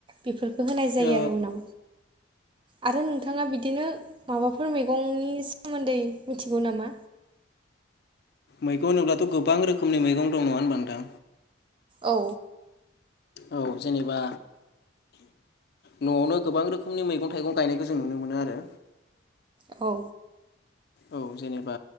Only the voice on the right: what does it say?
बेफोरखौ होनाय जायो
आरो उनाव आरो नोंथाङा बिदिनो माबाफोर मैगंनि सोमोन्दै मिथिगौ नामा?
औ
औ